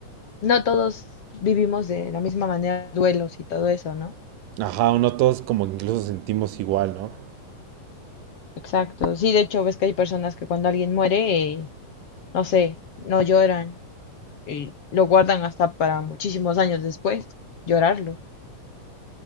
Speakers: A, on the left; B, on the right.
A: no todos vivimos de la misma manera duelos y todo eso, ¿no?
B: Ajá, uno todos como que incluso sentimos igual, ¿no?
A: Exacto, sí, de hecho ves que hay personas que cuando alguien muere, eh, no sé, no lloran y lo guardan hasta para muchísimos años después, llorarlo.